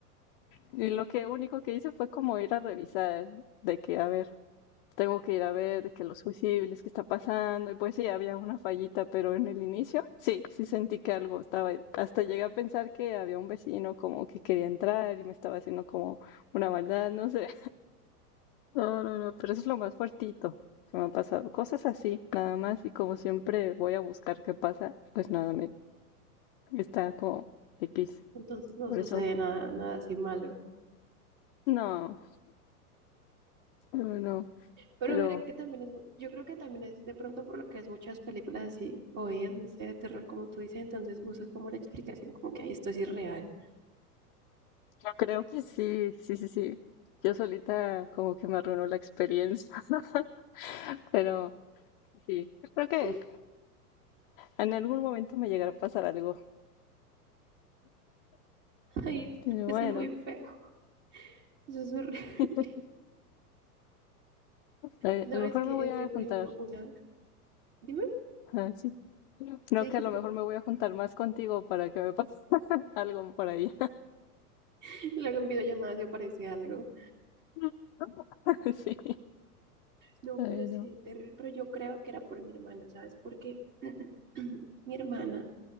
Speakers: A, on the left (about 40°); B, on the right (about 40°).
A: Y lo que único que hice fue como ir a revisar, de que, a ver, tengo que ir a ver, de que los fusibles, qué está pasando. Y pues sí, había una fallita, pero en el inicio, sí, sí sentí que algo estaba ahí. Hasta llegué a pensar que había un vecino como que quería entrar y me estaba haciendo como una maldad, no sé. No, no, no, pero eso es lo más fuertito que me ha pasado. Cosas así, nada más. Y como siempre voy a buscar qué pasa, pues nada, me está como X.
B: Entonces no
A: Por
B: sucede
A: eso,
B: nada, nada así malo.
A: no, no, no.
B: Pero
A: Pero
B: mira que también es, mu- yo creo que también es de pronto por lo que es muchas películas así, o ellas, no sé, de terror, como tú dices, entonces buscas como la explicación, como que, ay, esto es irreal.
A: yo creo que sí, sí, sí, sí. Yo solita como que me arruinó la experiencia. <laughs> Pero sí, yo creo que
B: <laughs>
A: en algún momento me llegará a pasar algo.
B: Ay,
A: Pero
B: eso
A: bueno,
B: es muy feo, eso es horrible.
A: <laughs> a
B: No,
A: a lo
B: es
A: mejor
B: que
A: me voy
B: en
A: a
B: serio, por
A: juntar
B: ejemplo, una vez, dime,
A: Ah, sí. Creo
B: ¿qué dijiste?
A: que a lo mejor me voy a juntar más contigo para que me pase <laughs> algo por ahí.
B: <laughs> Luego en videollamada si aparece algo.
A: <laughs> Sí,
B: No,
A: pero
B: pero sí, terrible, pero yo creo que era por mi hermana, ¿sabes? Porque <clears throat> mi hermana,